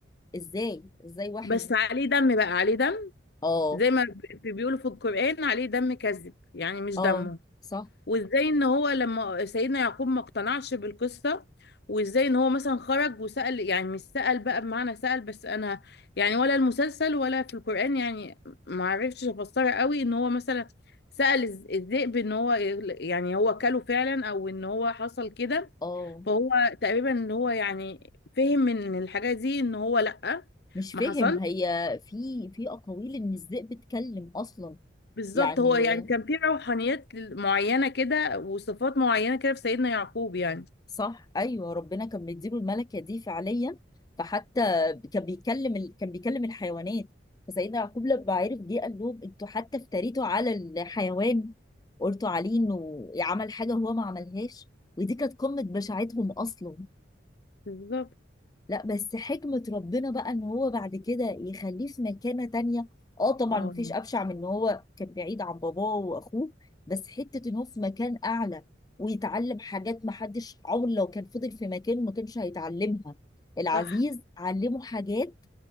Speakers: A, on the left; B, on the left.
A: ازاي ازاي واحد
B: بس عليه دم بقى عليه دم
A: اه
B: زي ما بي- بيقولوا في القرآن عليه دم كذب يعني مش
A: اه
B: دمه
A: صح
B: وازاي ان هو لما سيدنا يعقوب ما اقتنعش بالقصة وازاي ان هو مثلا خرج وسأل يعني مش سأل بقى بمعنى سأل بس انا يعني ولا المسلسل ولا في القرآن يعني ما عرفتش افسرها قوي ان هو مثلا سأل الز- الذئب ان هو يغل- يعني هو كله فعلا او ان هو حصل كده
A: اه
B: فهو تقريبا ان هو يعني فهم من الحاجة دي ان هو لأ
A: مش
B: ما
A: فاهم
B: حصل
A: هي في في اقاويل ان الذئب اتكلم اصلا
B: بالظبط
A: يعني
B: هو يعني كان في روحانيات معينة كده وصفات معينة كده في سيدنا يعقوب يعني
A: صح ايوه ربنا كان مديله الملكه دي فعليا فحتى كان بيكلم ال... كان بيكلم الحيوانات فسيدنا يعقوب لما عرف جه قال لهم انتوا حتى افتريتوا على الحيوان قلتوا عليه انه عمل حاجه هو ما عملهاش ودي كانت قمه بشاعتهم اصلا
B: بالظبط
A: لا بس حكمة ربنا بقى ان هو بعد كده يخليه في مكانة تانية اه طبعا
B: اه
A: مفيش ابشع من ان هو كان بعيد عن باباه واخوه بس حتة ان هو في مكان اعلى ويتعلم حاجات محدش عمره لو كان فضل في مكانه ما كانش هيتعلمها العزيز
B: صح
A: علمه حاجات